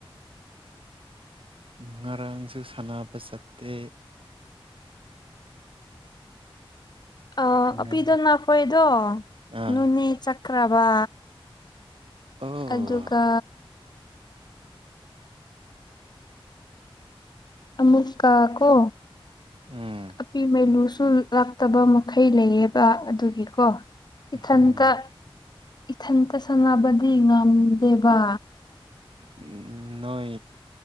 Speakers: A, on the right; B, on the left.
A: ꯉꯔꯥꯡꯁꯨ ꯁꯥꯟꯅꯕ ꯆꯠꯇꯦ
B: ꯑ
A: ꯉꯥ
B: ꯑꯄꯤꯗꯣ ꯅꯈꯣꯏꯗꯣ
A: ꯑꯥ
B: ꯅꯣꯅꯦ ꯆꯈ꯭ꯔꯕ
A: ꯑꯣ
B: ꯑꯗꯨꯒ ꯑꯃꯨꯛꯀ ꯀꯣ
A: ꯎꯝ
B: ꯑꯄꯤ ꯃꯥꯏꯂꯨꯁꯨ ꯂꯥꯛ ꯇꯕ ꯃꯈꯩ ꯂꯩꯌꯦꯕ ꯑꯗꯨꯒꯤꯀꯣ ꯏꯊꯟꯇ
A: ꯎꯝ
B: ꯏꯊꯟꯇ ꯁꯥꯟꯅꯕꯗꯤ ꯉꯝꯗꯦꯕ
A: ꯎꯝ ꯅꯣꯏ